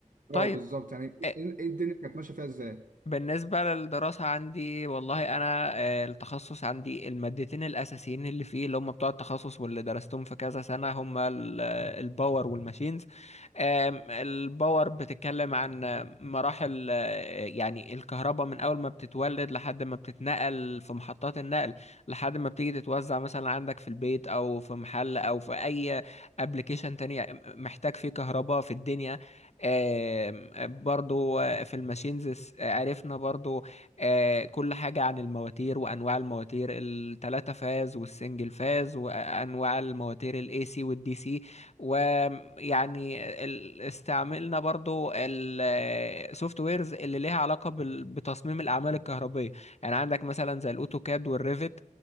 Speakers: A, on the left (about 55°); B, on the right (about 85°).
A: طيب
B: اه بالظبط يعني
A: آه،
B: ايه ايه الدنيا كانت ماشية فيها ازاي
A: بالنسبة للدراسة عندي والله أنا آه، التخصص عندي المادتين الأساسيين اللي فيه اللي هم بتوع التخصص واللي درستهم في كذا سنة هم ال- آه، الباور والماشينز آم، الباور بتتكلم عن آه، مراحل آه، يعني الكهرباء من أول ما بتتولد لحد ما بتتنقل في محطات النقل لحد ما بتيجي تتوزع مثلا عندك في البيت أو في محل أو في أي أبليكيشن تاني محتاج فيه كهرباء في الدنيا آم، برضو آه، في الماشينز عرفنا برضو آه، كل حاجة عن المواتير وأنواع المواتير التلاتة فاز والسنجل فاز وأنواع المواتير الاي سي والدي سي ويعني ال- استعملنا برضو السوفت ويرز اللي ليها علاقة بال- بتصميم الأعمال الكهربية يعني عندك مثلا زي الأوتوكاد والريفت